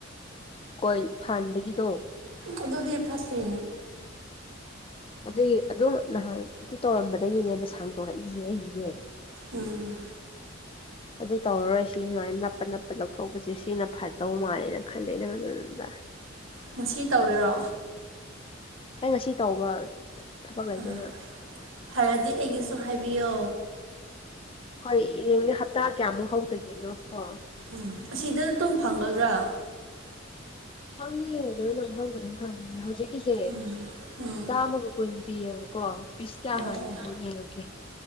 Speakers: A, on the left; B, on the right.
A: ꯍꯣꯏ ꯊꯥꯟꯕꯒꯤꯗꯣ
B: ꯑꯗꯨꯗꯤ ꯐꯠꯇꯦ
A: ꯑꯗꯨꯗꯒꯤ ꯑꯗꯣ ꯅꯍꯥꯟ ꯑꯗꯨ ꯇꯧꯔꯝꯕꯗꯒꯤꯗꯒꯤꯅꯦꯕ ꯁꯥꯡ ꯇꯧꯣꯔꯛꯏꯁꯦ ꯑꯩꯁꯦ
B: ꯎꯝ
A: ꯑꯗꯨ ꯇꯧꯔꯔꯣꯏ ꯁꯤ ꯁꯨꯃꯥꯏꯅ ꯅꯞꯄ ꯅꯞꯄ ꯂꯧꯊꯣꯛꯄꯁꯦ ꯁꯤꯅ ꯐꯗꯧ ꯃꯥꯜꯂꯦꯅ ꯈꯜꯂꯦ ꯅꯪꯗꯝꯗ
B: ꯉꯁꯤ ꯇꯧꯔꯣ
A: ꯑꯩ ꯉꯁꯤ ꯇꯧꯕ ꯊꯕꯛ ꯂꯩꯇꯦꯅ
B: ꯑ ꯐꯔꯗꯤ ꯑꯩꯒꯤꯁꯨ ꯍꯥꯏꯕꯤꯌꯣ
A: ꯍꯣꯏ ꯌꯦꯡꯅꯦ ꯍꯞꯇꯥ ꯀꯌꯥꯃꯨꯛ ꯍꯧꯗꯒꯦꯅꯣ ꯀꯣ
B: ꯎꯝ ꯑꯁꯤꯗ ꯑꯗꯨꯝ ꯐꯪꯒꯗ꯭ꯔꯥ
A: ꯐꯪꯅꯤꯌꯦ ꯂꯣꯏꯅ ꯐꯪ ꯈꯨꯗꯤꯡ ꯐꯪꯅꯤ ꯍꯧꯖꯤꯛ ꯀꯁꯦ
B: ꯎꯝ ꯎꯝ
A: ꯆꯥꯝꯃꯒ ꯀꯨꯟ ꯄꯤꯌꯦꯕꯀꯣ ꯄꯤꯁ ꯀꯌꯥ
B: ꯑꯣ
A: ꯍꯔ
B: ꯑꯣ